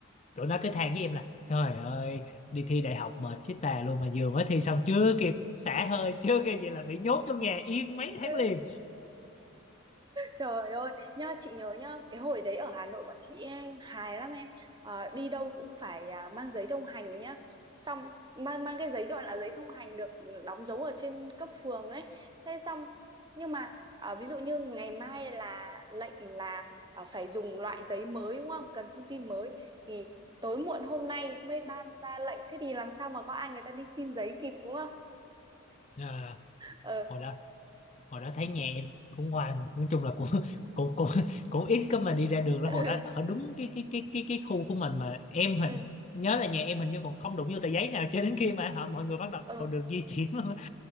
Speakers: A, on the left; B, on the right.
A: tụi nó cứ than với em là trời ơi đi thi đại học mệt chết bà luôn mà vừa mới thi xong chưa kịp xả hơi chưa kịp gì là bị nhốt trong nhà yên mấy tháng
B: Ê,
A: liền
B: trời ơi, nhá chị nhớ nhá, cái hồi đấy ở Hà Nội bọn chị hài lắm em. Ờ, đi đâu cũng phải à, mang giấy thông hành nhá. Xong mang mang cái giấy gọi là giấy thông hành được đóng dấu ở trên cấp phường ấy. Thế xong nhưng mà à, ví dụ như ngày mai là lệnh là à, phải dùng loại giấy mới đúng không? Cần thông tin mới thì tối muộn hôm nay mới ban ra lệnh thế thì làm sao mà có ai người ta đi xin giấy kịp đúng không?
A: à,
B: Ờ
A: hồi đó hồi đó thấy nhà em cũng ngoan nói chung là cũng <laughs> cũng cũng, cũng ít có mà đi ra đường đó
B: <laughs>
A: hồi đó ở đúng cái cái cái cái cái khu của mình mà em hình
B: ừ
A: nhớ là nhà em hình như còn không đụng vô tờ giấy nào cho đến khi mà họ mọi người bắt
B: ừ
A: đầu được di chuyển luôn á.